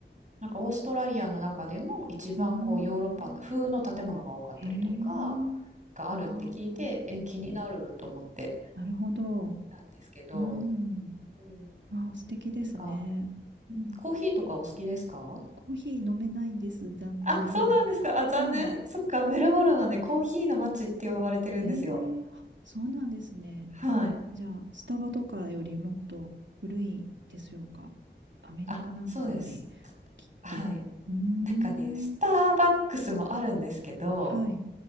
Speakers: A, on the right; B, on the right.
A: なんかオーストラリアの中でも一番こうヨーロッパの風の建物が多かったりとか
B: うーん。へえ。
A: があるって聞いて、
B: ああ、
A: え、気になると思って
B: なるほど。
A: たんですけど、
B: うん。
A: うん、
B: ああ、素敵ですね。
A: なんか、うん、コーヒーとかお好きですか
B: コーヒー飲めないんです。残念ながら。
A: あ、そうなんですか。あ、残念。
B: はい。
A: そっか、メルボルンはね、コーヒーの街って呼ばれてるんですよ。
B: えーあそうなんですね。
A: はい。
B: じゃあ、スタバとかよりもっと古いでしょうか。アメリカなんかより、
A: あ、そうです。
B: きっと。
A: はい。
B: うーん。
A: なんかね、スターバックスもあるんですけど、
B: はい。